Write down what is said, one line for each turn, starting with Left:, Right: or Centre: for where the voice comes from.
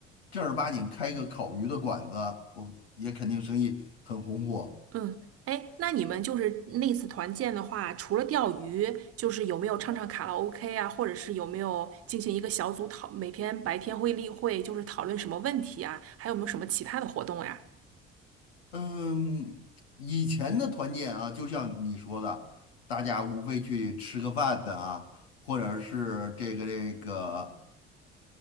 Left: 正儿八经开个烤鱼的馆子，我也肯定生意很红火。
Right: 嗯，哎，那你们就是那次团建的话，除了钓鱼，就是有没有唱唱卡拉 OK 啊，或者是有没有进行一个小组讨，每天白天会例会，就是讨论什么问题啊，还有没有什么其他的活动呀？
Left: 嗯，以前的团建啊，就像你说的，大家无非去吃个饭的啊，或者是这个这个